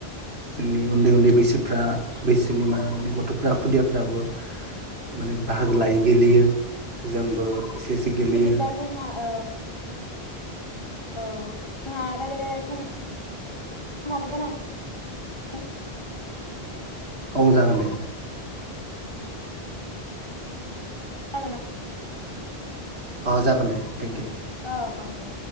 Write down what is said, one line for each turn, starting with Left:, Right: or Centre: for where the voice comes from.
Right: जोंनि उन्दै उन्दै बैसोफ्रा बैसोनि मा गथ'फ्रा खुदियाफ्राबो माने बाहागो लायो गेलेयो जोंबो एसे एसे गेलेयो
Left: बिदिब्ला जोंहा ओ औ जोंहा रायलाय रायलाय <unintelligible> समाबो जाना <unintelligible>
Right: औ जागोन दे।
Left: <unintelligible>
Right: अ जागोन दे थेंकिउ।
Left: औ औ दे।